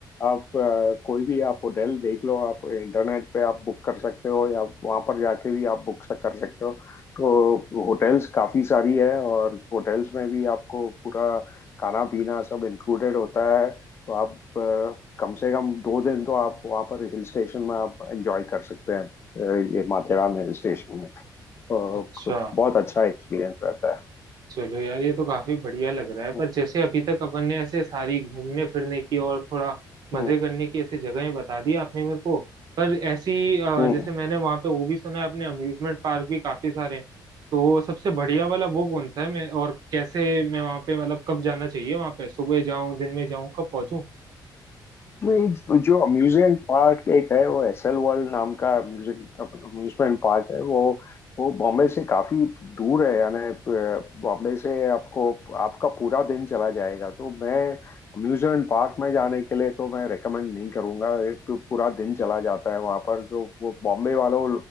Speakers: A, on the left (about 30°); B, on the right (about 60°).
A: आप अ, कोई भी आप होटल देख लो आप इंटरनेट पे आप बुक कर सकते हो या वहाँ पर जाके भी आप बुक कर सकते हो तो होटल्स काफ़ी सारी है और होटल्स में भी आपको पूरा खाना पीना सब इंक्लूडेड होता है तो आप अ, कम से कम दो दिन तो आप वहाँ पर हिल स्टेशन में आप एंजॉय कर सकते हैं अ, ये माथेरान हिल स्टेशन में तो
B: अच्छा
A: बहुत अच्छा एक्सपीरियंस रहता है
B: चलो यार ये तो काफी बढ़िया लग रहा है पर
A: हम्म
B: जैसे अभी तक अपन ने ऐसे सारी घूमने फिरने की और थोड़ा मजे
A: हम्म
B: करने की ऐसे जगहें बता दी आपने मेरे को पर ऐसी अ,
A: हम्म।
B: जैसे मैंने वहां पे वो भी सुना है अपने अम्यूजमेंट पार्क भी काफी सारे हैं तो सबसे बढ़िया वाला वो कौन सा है मैं और कैसे मैं वहां पे मतलब कब जाना चाहिए वहां पे सुबह जाऊं दिन में जाऊं कब पहुंचूं
A: नहीं तो जो अम्यूजमेंट पार्क एक है वो एसएल वर्ल्ड नाम का म्यूजिक अम्यूजमेंट पार्क है वो वो बॉम्बे से काफी दूर है यानी अ, बॉम्बे से आपको आपका पूरा दिन चला जाएगा तो मैं अम्यूजमेंट पार्क में जाने के लिए तो मैं रेकमेंड नहीं करूंगा एक तो पूरा दिन चला जाता है वहां पर जो वो बॉम्बे वालों